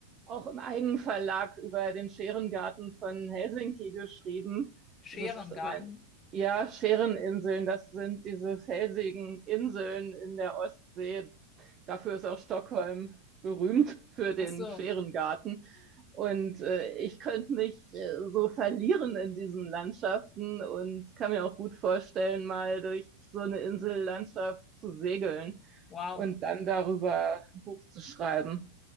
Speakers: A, on the right; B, on the left.
A: auch im Eigenverlag über den Scherengarten von Helsinki geschrieben.
B: Scherengarten.
A: Das ist mein, ja, Schereninseln, das sind diese felsigen Inseln in der Ostsee. Dafür ist auch Stockholm berühmt für den
B: Ach so,
A: Scherengarten. Und äh, ich könnte mich äh, so verlieren in diesen Landschaften und kann mir auch gut vorstellen, mal durch so eine Insellandschaft zu segeln
B: wow,
A: und dann darüber ein Buch zu schreiben.